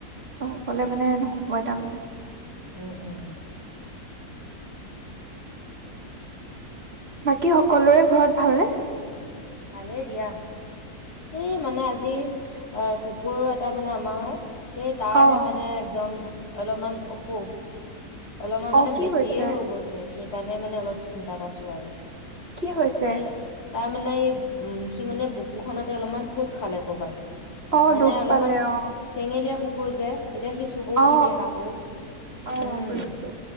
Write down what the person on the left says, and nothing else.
উম-উম।
ভালেই দিয়া, এই মানে আজি আ কুকুৰ এটা মানে আমাৰ সেই তাৰহে
মানে একদম অলপমান অসুখ। অলপমান
মানে
বেছিয়ে
হৈ গৈছে স সেইকাৰণে মানে অলপ চিন্তাত আছো আৰু।
এ তাৰ মানে, উম, সি মানে বুকুখনতে অলপমান খোজ খালে কৰ'বাত।
মানে
অলপমান
চেঙেলীয়া কু কুকুৰ যে। এতিয়া সি চুবও
নিদিয়ে কাকো।
উম,